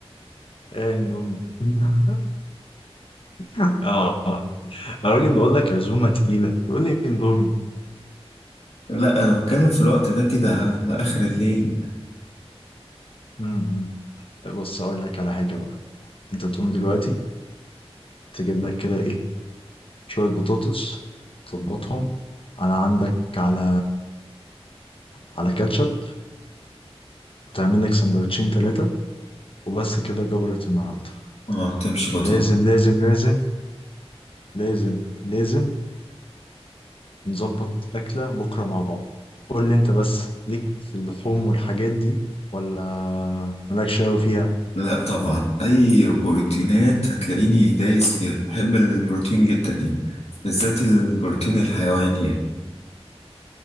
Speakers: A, on the left (about 60°); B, on the left (about 80°).
A: آه اندومي <laughs> اه آه. انا راجل بقول لك عزومه تقيله يقول لي اندومي
B: لا انا بتكلم في الوقت ده كده على اخر الليل
A: م- م. بص اقول لك على حاجه بقى انت تقوم دلوقتي تجيب لك كده ايه شويه بطاطس تظبطهم على عندك على على كاتشب وتعمل لك سندوتشين ثلاثه وبس كده جبرت النهارده
B: اه تمشي بطاطا
A: ولازم لازم لازم لازم لازم نظبط أكلة بكرة مع بعض قول لي أنت بس ليك في اللحوم والحاجات دي ولا مالكش أوي فيها
B: لا طبعا اي بروتينات هتلاقيني دايس فيها بحب البروتين جدا يعني بالذات البروتين الحيواني يعني